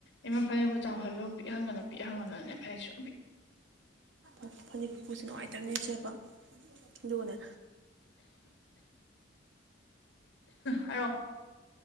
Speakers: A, on the left (about 65°); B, on the right (about 65°).
A: ꯏꯃ ꯐꯅꯦꯛꯀꯣ ꯆꯥꯎꯍꯜꯂꯨ ꯄꯤꯛꯍꯟꯒꯅꯨ ꯄꯤꯛꯍꯟꯒꯅꯨꯅꯦ ꯐꯅꯦꯛꯁꯨ
B: ꯎ ꯐꯅꯦꯛ ꯐꯄꯤꯛꯄꯁꯦ ꯅꯨꯡꯉꯥꯏꯇꯕꯅꯦ ꯁꯦꯠꯄ ꯑꯗꯨꯒꯅꯦ
A: ꯍꯥꯔꯛꯑꯣ